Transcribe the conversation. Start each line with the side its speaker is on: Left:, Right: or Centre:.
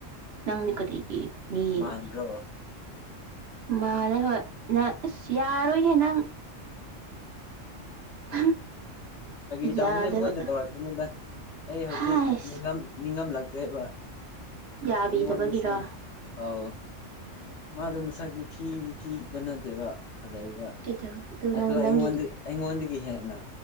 Right: ꯅꯪꯗꯤ ꯀꯔꯤꯒꯤ ꯃꯤ
Left: ꯃꯥꯟꯕ꯭ꯔꯣ
Right: ꯃꯥꯜꯂꯦ ꯍꯣꯏ ꯅꯪ ꯑꯁ ꯌꯥꯔꯣꯏꯍꯦ ꯅꯪ <unintelligible>
Left: ꯐꯒꯤ ꯇꯧꯕꯅꯦ
Right: ꯌꯥꯗꯕ
Left: ꯃꯣꯏꯅ ꯇꯧꯔꯛꯄꯅꯤꯗ ꯑꯩ ꯍꯧꯖꯤꯛ
Right: ꯍꯥꯏꯁ
Left: ꯅꯤꯡꯉꯝ ꯅꯤꯡꯉꯝꯂꯛꯇ꯭ꯔꯦꯕ
Right: ꯌꯥꯕꯤꯗꯕꯒꯤꯔꯣ
Left: ꯅꯪꯉꯣꯟꯗꯁꯨ ꯑꯧ ꯃꯥꯗꯣ ꯃꯁꯛꯇꯤ ꯊꯤꯗꯤ ꯊꯤꯕ ꯅꯠꯇꯦꯕ ꯐꯖꯩꯌꯦꯕ
Right: ꯀꯩꯗꯧꯒꯦ ꯑꯗꯨ
Left: ꯑꯗꯣ
Right: ꯅꯪ
Left: ꯑꯩꯉꯣꯟꯗꯩ
Right: ꯅꯪꯒꯤ
Left: ꯑꯩꯉꯣꯟꯗꯒꯤ ꯍꯦꯟꯅ